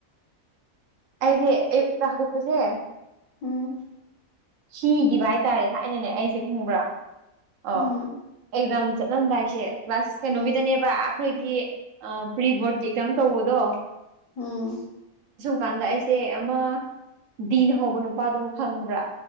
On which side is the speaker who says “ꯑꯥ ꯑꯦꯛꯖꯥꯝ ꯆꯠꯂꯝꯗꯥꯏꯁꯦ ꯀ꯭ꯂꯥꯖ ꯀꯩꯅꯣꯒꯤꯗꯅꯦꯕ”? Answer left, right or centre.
Right